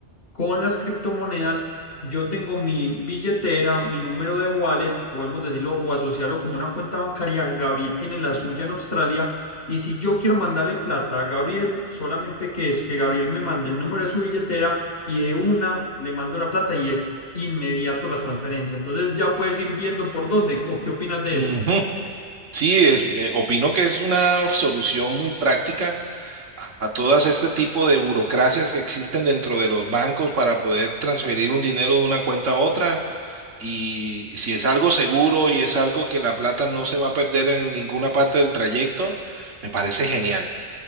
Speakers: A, on the left (about 50°); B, on the right (about 85°).
A: con las criptomonedas, yo tengo mi billetera, mi número de wallet, podemos decirlo o asociarlo como una cuenta bancaria. Gabriel tiene la suya en Australia. Y si yo quiero mandarle plata a Gabriel, solamente que es que Gabriel me mande el número de su billetera y de una le mando la plata y es inmediato la transferencia. Entonces ya puedes ir viendo por dónde o qué opinas de
B: Ujú.
A: esto.
B: Sí, es- me- opino que es una solución muy práctica a, a todas este tipo de burocracias que existen dentro de los bancos para poder transferir un dinero de una cuenta a otra. Y si es algo seguro y es algo que la plata no se va a perder en ninguna parte del trayecto, me parece genial.